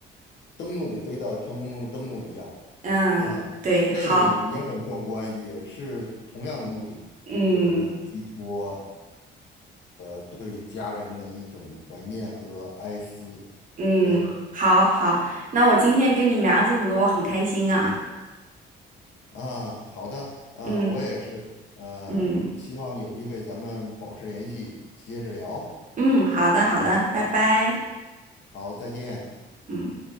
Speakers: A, on the left (about 65°); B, on the right (about 40°).
A: 灯笼飞到天空中的灯笼一样，
B: 嗯，
A: 嗯，
B: 对，
A: 那个也也很壮观，
B: 好，
A: 也是同样的目的，
B: 嗯。
A: 就是寄托对家人的一种怀念和哀思，
B: 嗯，
A: 对。
B: 好好，那我今天跟你聊这么多，我很开心啊。
A: 啊，好的，呃，
B: 嗯
A: 我也是，呃，
B: 嗯
A: 希嗯望有机会咱们保持联系，接着聊。
B: 嗯，好的好的，拜拜。
A: 好，再见。
B: 嗯。